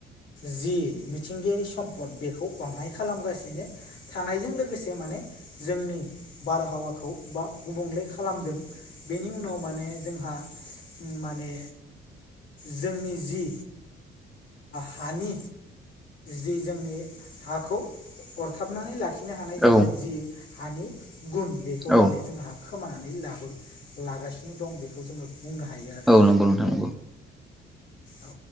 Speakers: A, on the left; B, in the centre.
A: जि मिथिंगायारि सम्पद बेखौ बाङाय खालामगासिनो थानायजों लोगोसे माने जोंनि बारहावाखौ बा गुबुंले खालामदों बेनि उनाव माने जोंहा माने जोंनि जि हानि जि जोंनि हाखौ अरथाबनानै लाखि आखिनो हानाय जोंनि
B: औ
A: जि हानि गुन बेखौ
B: औ
A: माने जों हा खोमानानै लाबो लागासिनो दं बेखौ जोङो बुंनो हायो आरो
B: औ नंगौ नोंथां नंगौ
A: औ।